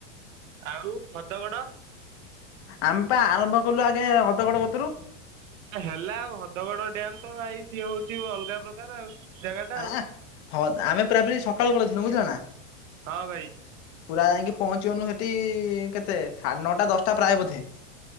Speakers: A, on the right; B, on the left.
A: ଆଉ ହଦଗଡ଼?
B: ଆମେ ପା ଆରମ୍ଭ କଲୁ ଆଗେ ହଦଗଡ କତୁରୁ।
A: ହେଲା ଆଉ ହଦଗଡ ଡ୍ୟାମ ତ ଭାଇ ସିଏ ହୋଉଚି ଅଲଗା ପ୍ରକାର ଆଉ। ଜାଗା ଟା
B: ଆ ହଁ ଆମେ ପୁରାପୁରୀ ସକାଳୁ ପଳେଇଥିଲୁ ବୁଝିଲ ନା।?
A: ହଁ ଭାଇ।
B: ପୁରା ଯାଇକି ପହଞ୍ଚିବନି ସେଠି କେତେ ସାଢେ ନଅଟା ଦଶଟା ପ୍ରାୟ ବୋଧେ।